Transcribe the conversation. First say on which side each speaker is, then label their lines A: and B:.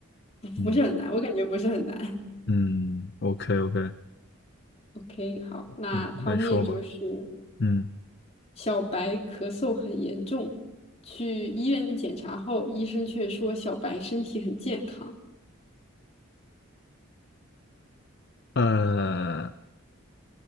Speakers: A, on the left; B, on the left.
A: 嗯
B: 不是很难，我感觉不是很难。
A: 嗯，OK OK，
B: <laughs> OK，好，那汤面就是
A: 那你那你说吧，嗯，
B: 小白咳嗽很严重，去医院检查后，医生却说小白身体很健康。
A: 呃，